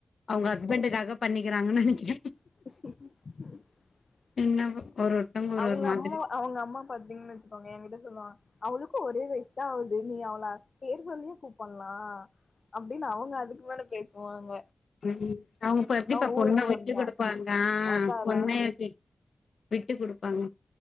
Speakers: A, on the left; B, on the left.
A: அவ்ங்க ஹஸ்பண்டுக்காக பண்ணி க்கிறாங்கன் நெனக்கிற
B: <unintelligible>
A: என்னவோ ஒரு ஒருத்தவங்க ஒரு
B: அவ்ங்க
A: ஒரு மாதிரி
B: அம்மா அவ்ங்க அம்மா பாத்தீங்கன்னு வச்சக்கோங்க என் கிட்ட சொல்வாங் அவளுக்கும் ஒரே வயஸ்தா ஆகுது நீ அவள பேர் சொல்லியே கூப்பல்லா அப்டின்னு அவுங்க அதுக்கு மேல பேசுவாங்க
A: உம் அவுங்க இப்ப எப்டிப்பா
B: அவங்க
A: பொண்ண
B: ஊருக்கு
A: விட்டு
B: வந்தா
A: குடுப்பாங்க
B: அதா அதா
A: பொண்ண எப்டி விட்டு குடுப்பாங்க